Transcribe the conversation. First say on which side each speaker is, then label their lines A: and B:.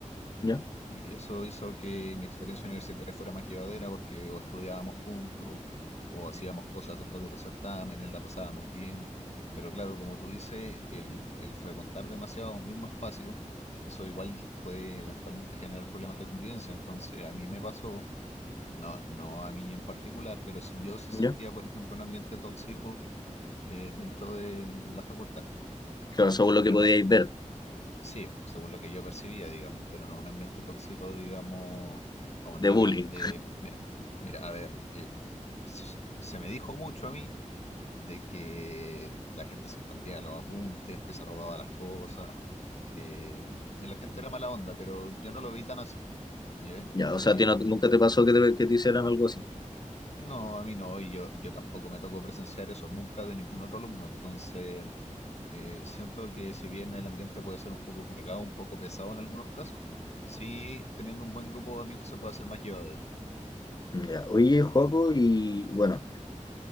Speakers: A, on the left; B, on the left.
A: ¿Ya?
B: Y eso hizo que mi experiencia universitaria fuera más llevadera porque o estudiábamos juntos o hacíamos cosas después de los certámenes, la pasábamos bien. Pero claro, como tú dices, el, el frecuentar demasiado un mismo espacio, eso igual puede eventualmente generar problemas de convivencia. Entonces a mí me pasó, no, no a mí en particular, pero si, yo sí
A: ¿Ya?
B: sentía, por ejemplo, un ambiente tóxico eh, dentro de la facultad.
A: Claro, según lo
B: Pero
A: que podíais
B: no,
A: ver
B: Sí, según lo que yo percibía, digamos, pero no un ambiente tóxico, digamos, a un
A: de
B: nivel
A: bullying.
B: de... Mira, mira, a ver, eh, se se me dijo mucho a mí de que la gente se escondía los apuntes, que se robaba las cosas, que mm, la gente era mala onda, pero yo no lo vi tan así. ¿ya?
A: Ya, o sea,
B: Eh,
A: a ti no- nunca te pasó que te, que te hicieran algo así.
B: no, a mí no, y yo, yo tampoco me tocó presenciar eso nunca de ningún otro alumno, entonces Eh, siento que si bien el ambiente puede ser un poco cargado, un poco pesado en algunos casos, sí, teniendo un buen grupo de amigos se puede hacer más llevadero.
A: Ya, oye, Joaco, y bueno,